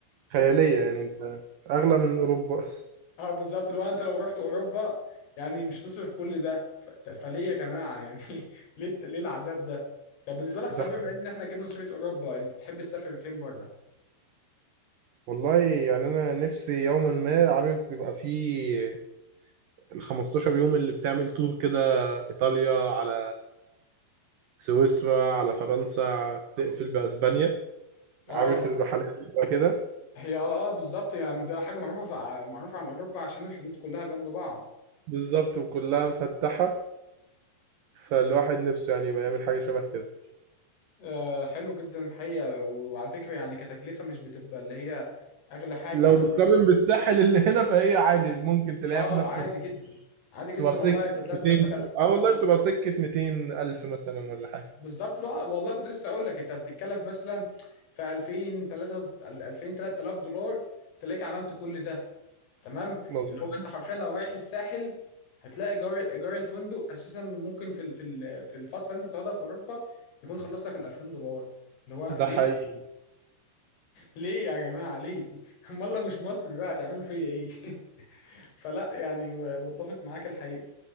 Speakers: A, on the right (about 75°); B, on the left (about 55°).
A: خيالية يعني أنت أغلى من أوروبا أصلا
B: اه بالظبط اللي هو انت لو رحت اوروبا يعني مش تصرف كل ده ف... ت- فليه يا جماعه يعني <laughs> ليه ليه العذاب ده طب بالنسبه لك صحيح
A: ده حقيقي.
B: بما ان احنا جبنا سيره اوروبا انت تحب تسافر فين بره
A: والله يعني أنا نفسي يوما ما عارف بيبقى فيه ال 15 يوم اللي بتعمل تور كده إيطاليا على سويسرا على فرنسا تقفل بأسبانيا
B: اه
A: عارف الرحلات اللي بتبقى كده
B: هي اه بالظبط يعني ده حاجه معروفه في... معروفه عن اوروبا عشان الحدود كلها جنب بعض
A: بالظبط وكلها مفتحة فالواحد نفسه يعني يبقى يعمل حاجة شبه كده
B: آه، حلو جدا الحقيقة و- وعلى فكرة يعني كتكلفة مش بتبقى اللي هي أغلى حاجة
A: لو
B: يعني
A: بتقارن بالساحل اللي هنا فهي عادي ممكن تلاقيها
B: آه
A: في نفس
B: عادي
A: ال-
B: جدا عادي جدا
A: بتبقى في
B: والله
A: سكة
B: أنت تلاقي
A: 200
B: مكلفك ألف
A: اه والله بتبقى في سكة 200 ألف مثلا ولا حاجة
B: بالظبط لا والله كنت لسه أقول لك أنت بتتكلم في مثلا في 2000 3 2000 3000 دولار تلاقيك عملت كل ده تمام
A: مظبوط
B: اللي هو أنت حرفيا لو رايح الساحل هتلاقي إيجار إيجار الفندق أساسا ممكن في ال- في ال- في الفترة اللي أنت هتقعدها في أوروبا يكون خلص لك ال 2000 دولار اللي هو
A: ده
B: ليه
A: حقيقي
B: ليه يا جماعة ليه؟ <laughs> أمال لو مش مصري بقى هتعملوا فيا إيه؟ فلا يعني م- متفق معاك الحقيقة